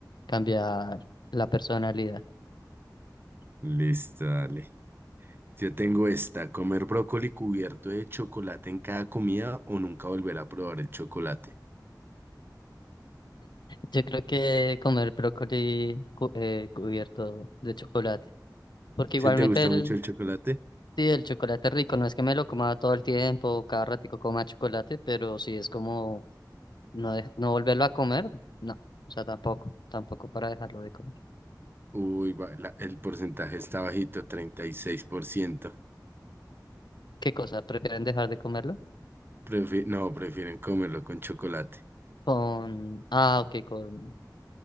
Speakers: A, on the left; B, on the right.
A: cambiar la personalidad.
B: Listo, dale. Yo tengo esta, comer brócoli cubierto de chocolate en cada comida o nunca volver a probar el chocolate.
A: Yo creo que comer brócoli cu- eh, cubierto de chocolate, porque
B: Si
A: igualmente
B: te gusta
A: el,
B: mucho el chocolate,
A: sí, el chocolate es rico, no es que me lo coma todo el tiempo, cada ratico coma chocolate, pero sí es como No, de- no volverlo a comer, no. O sea, tampoco, tampoco para dejarlo de comer.
B: uy, va- la- el porcentaje está bajito, treinta y seis por ciento
A: ¿Qué cosa? ¿Prefieren dejar de comerlo?
B: Prefi- no, prefieren comerlo con chocolate.
A: Con... Ah, ok, con